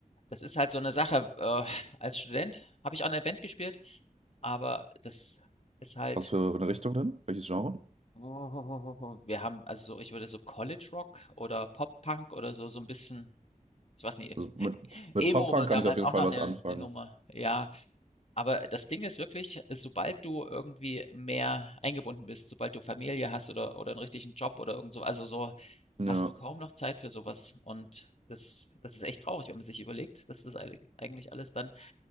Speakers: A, on the left; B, on the right.
A: das ist halt so eine Sache, äh, als Student habe ich auch in 'ner Band gespielt, aber das ist halt
B: Was für eine Richtung denn? Welches Genre?
A: wir haben also so ich würde so College Rock oder Pop Punk oder so so ein bisschen ich weiß nicht,
B: Also mit, mit
A: Emo
B: Pop-Punk
A: war damals
B: kann ich auf jeden
A: auch
B: Fall
A: noch eine
B: was anfangen.
A: 'ne Nummer, ja. Aber das Ding ist wirklich, sobald du irgendwie mehr eingebunden bist, sobald du Familie hast oder oder einen richtigen Job oder irgend so also, so
B: Ja.
A: hast du kaum noch Zeit für sowas. Und das das ist echt traurig, wenn man sich überlegt, dass das eilig eigentlich alles dann,